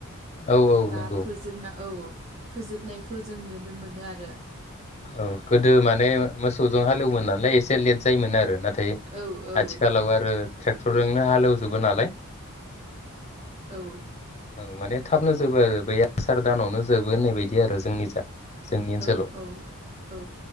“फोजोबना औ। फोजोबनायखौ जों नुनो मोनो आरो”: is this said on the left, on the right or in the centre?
Right